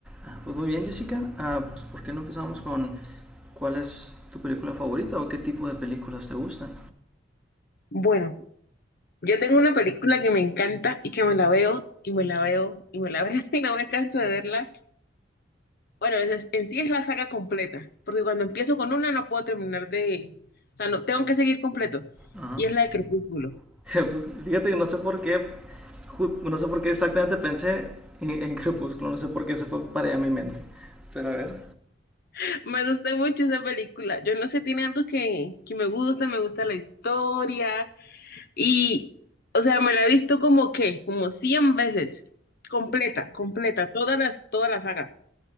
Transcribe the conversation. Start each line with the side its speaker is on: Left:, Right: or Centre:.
Centre: Ah, Pues muy bien, Jessica. Ah, pues, ¿Por qué no empezamos con cuál es tu película favorita o qué tipo de películas te gustan?
Left: Bueno, yo tengo una película que me encanta y que me la veo y me la veo y me la veo <laughs> y no me canso de verla. Bueno, es- es- en sí es la saga completa, porque cuando empiezo con una no puedo terminar de... O sea, no, tengo que seguir completo.
Centre: Ajá.
Left: Y es la
Centre: <laughs>
Left: de Crepúsculo.
Centre: Pues, fíjate que no sé por qué, ju- no sé por qué exactamente pensé en, en Crepúsculo, no sé por qué se fue para allá mi mente. Pero a ver.
Left: <laughs> Me gusta mucho esa película. Yo no sé, tiene algo que, que me gusta, me gusta la historia. Y, o sea, me la he visto como que, como 100 veces. Completa, completa, todas las, toda la saga.